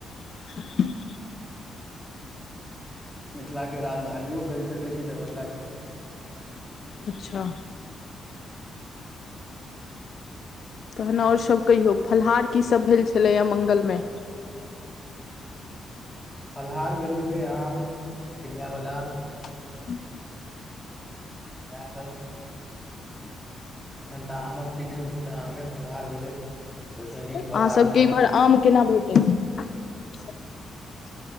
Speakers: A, on the left (about 50°); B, in the centre.
A: <inaudible>
B: मिथिलाके राजधानियो कहि सकै छी दरभंगाके
A: अच्छा तहन आओर सभ कहियौ फलाहार कीसभ भेल छलैए मंगल मयै
B: फलाहार भेल छलै आम चनििया बादाम
A: क <inaudible>
B: इएहसभ एखन तऽ आमक सीजन छै तऽ आमे फलहार भेलै ओहिसँ नीक फलहार
A: अहाँसभके
B: नहि
A: इम्हर आम केना भेटै छै